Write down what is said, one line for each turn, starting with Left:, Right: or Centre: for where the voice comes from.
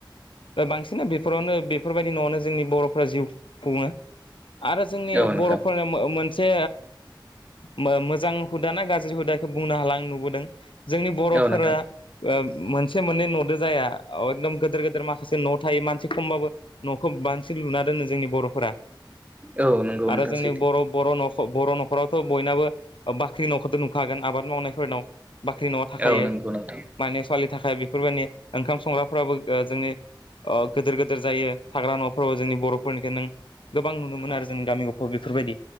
Left: ओ बांसिन बेफोरावनो बेफोरबायदि न'आवनो जोंनि बर'फ्रा जिउ खुंङो आरो जोंनि
Right: औ औ नोंथां
Left: बर'फोरा मो मोन मोनसे मो मोजां हुदा ना गाज्रि हुदा इखौ बुंनो हाला आं नुबोदों जोंनि बर'फोरा
Right: औ नोंथां
Left: ओ मोनसे मोननै न'दो जाया एकदम गिदोर गिदोर माख माखासे न' थायो मानसि खमबाबो न'खौ बांसिन लुना दोनो जोंनि बर'फोरा
Right: औ नंगौ
Left: आरो
Right: नोंथां
Left: जोंनि
Right: सैथो
Left: बर' बर' न'ख' फ बर' न'खरावथ' बयनाबो बाख्रिनि न'खरथ' नुखागोन आबाद मावनायफोरनाव बाख्रि न'आ थाखायो
Right: औ नंगौ नोंथां
Left: माने सवालि नि थाखाय बेफोरबायदि ओंखाम संग्राफ्राबो ओ जोंनि अ गिदोर गिदिर जायो थाग्रा न'फोराव जोंनि बर'फोरनिख नों गोबां नुनो मोनो आरो जोंनि गामि गफाव बेफोरबायदि